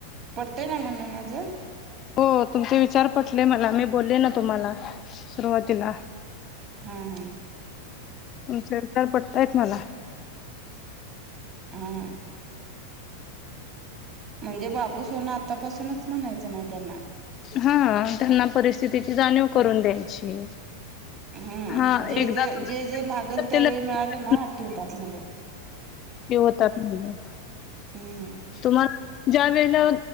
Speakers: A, on the right (about 40°); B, on the left (about 30°).
A: पटतय ना म्हणणं माझं.
B: हो तुमचे विचार पटले मला, मी बोलले ना तुम्हाला सुरुवातीला.
A: हा हा!
B: तुमचे विचार पटतायेत मला.
A: हां! म्हणजे बाबू सोना आत्तापासूनच म्हणायचं नाही त्यांना.
B: हा त्यांना परिस्थितीची जाणीव करून द्यायची.
A: हूं
B: हा
A: जे
B: एकदा
A: जे
B: तुम्ही
A: जे जे मागेल त्यावेेळी
B: ते लगेच
A: मिळालं ना आती उततात मुलं.
B: ते होतात मुलं.
A: हूं!
B: तुम्हाला ज्या वेळेला